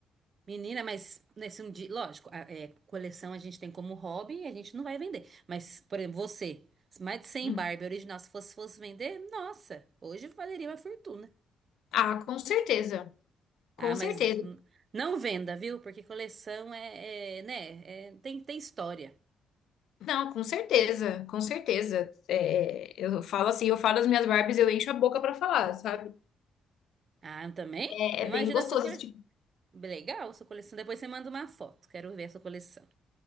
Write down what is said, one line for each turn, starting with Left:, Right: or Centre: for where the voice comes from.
Right: Menina, mas nesse um dia, lógico, a, é, coleção a gente tem como hobby e a gente não vai vender. Mas, por exemplo, você, mais de cem
Left: Hum.
Right: Barbie original, se fosse, fosse vender, nossa, hoje valeria uma fortuna.
Left: Ah, com certeza. Com
Right: Ah,
Left: certeza.
Right: mas hum, não venda, viu? Porque coleção é, é, né, é- tem, tem história.
Left: Não, com certeza, com certeza. É, eu falo assim, eu falo as minhas Barbies, eu encho a boca pra falar, sabe?
Right: Ah, também?
Left: É,
Right: Imagina
Left: é bem gostoso
Right: a sua coleção.
Left: esse tipo.
Right: Legal, sua coleção. Depois você manda uma foto, quero ver a sua coleção.